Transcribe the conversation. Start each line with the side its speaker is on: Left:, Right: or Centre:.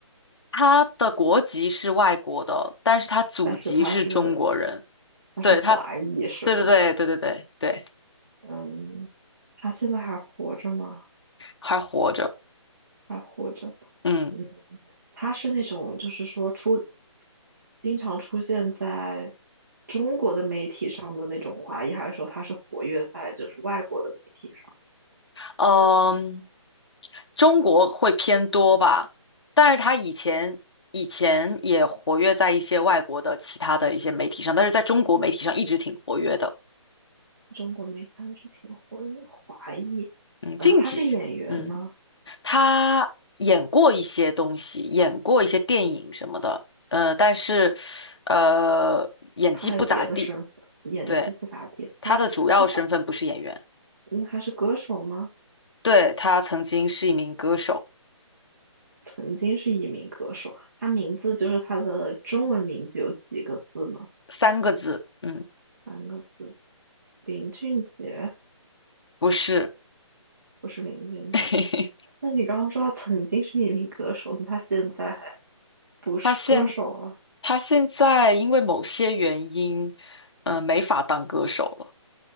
Left: 他的国籍是外国的，但是他祖籍是中国人。
Right: 但是他是他是华裔是吗？
Left: 对，他，对对对对对对对，
Right: 嗯，他现在还活着吗？
Left: 还活着。
Right: 还活着。
Left: 嗯。
Right: 嗯，他是那种就是说出经常出现在中国的媒体上的那种华裔，还是说他是活跃在就是外国的媒体上？
Left: 嗯，中国会偏多吧，但是他以前以前也活跃在一些外国的其他的一些媒体上，但是在中国媒体上一直挺活跃的。
Right: 中国媒体他一直挺活跃的华裔，
Left: 嗯，
Right: 呃，
Left: 近几，
Right: 他是演员吗？
Left: 嗯，他演过一些东西，演过一些电影什么的，呃，但是呃，演技不咋地。
Right: 他还有别的身份，演技不咋地。
Left: 对，他的主要身份不是演员，
Right: 他那他那还是歌手吗？
Left: 对，他曾经是一名歌手，
Right: 曾经是一名歌手，他名字就是他的中文名字有几个字呢？
Left: 三个字，嗯，
Right: 三个字，林俊杰，
Left: 不是。
Right: 不是林俊杰。
Left: <laughs>
Right: 那你刚刚说他曾经是一名歌手，那他现在还不是歌手了？
Left: 他现他现在因为某些原因，嗯、没法当歌手了。